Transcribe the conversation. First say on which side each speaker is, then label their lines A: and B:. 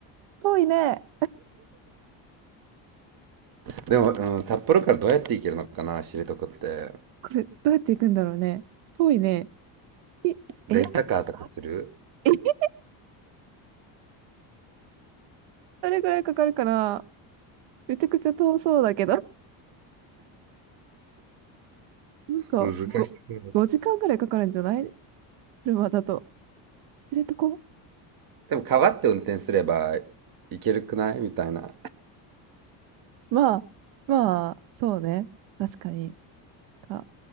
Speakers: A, on the right; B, on the right.
A: 遠いね。
B: でも、うん、札幌からどうやって行けるのかな、知床って。
A: これ、どうやって行くんだろうね。遠いね。いえ、
B: レンタカーとかする
A: え、<laughs> どれぐらいかかるかなめちゃくちゃ遠そうだけど。なんか、
B: 難しそう。
A: 5、5時間ぐらいかかるんじゃない車だと。知床
B: でも、川って運転すれば行けるくないみたいな。
A: まあ、まあ、そうね。確かに。あ、